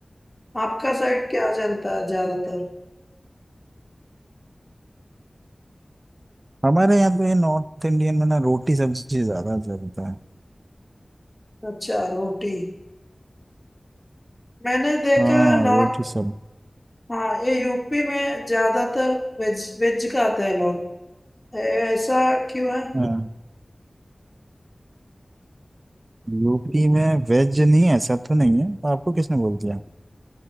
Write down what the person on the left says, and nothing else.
आपका साइड क्या चलता है ज्यादातर
अच्छा रोटी मैंने देखा
है नॉर्थ
हाँ ये यूपी में ज्यादातर वेज वेज खाते हैं लोग ऐ- ऐसा क्यों है